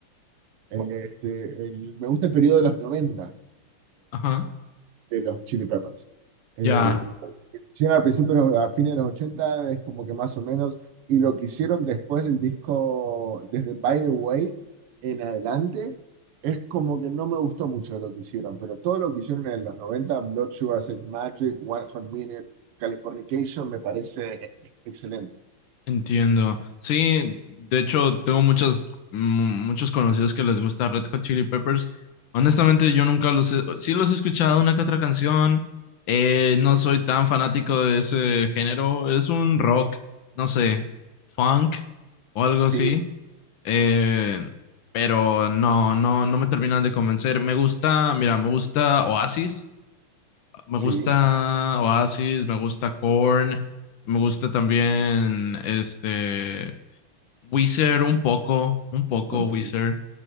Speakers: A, on the right; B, on the left.
A: Eh, Este, el- me gusta el periodo de los 90,
B: ajá.
A: de los Chili Peppers. Eh,
B: Ya,
A: hicieron al principio, de los- a fines de los 80 es como que más o menos, y lo que hicieron después del disco, desde By the Way en adelante, es como que no me gustó mucho lo que hicieron, pero todo lo que hicieron en los 90 Blood Sugar Sex Magic, One Hot Minute, Californication, me parece excelente.
B: entiendo. Sí, de hecho, tengo muchos, muchos conocidos que les gusta Red Hot Chili Peppers. Honestamente, yo nunca los he... Sí los he escuchado una que otra canción. Eh, no soy tan fanático de ese género. Es un rock, no sé, funk o algo
A: Sí,
B: así. Eh, pero no, no, no me terminan de convencer. Me gusta, mira, me gusta Oasis, me gusta
A: sí.
B: Oasis, me gusta Korn, me gusta también este Weezer un poco, un poco
A: Bueno,
B: Weezer.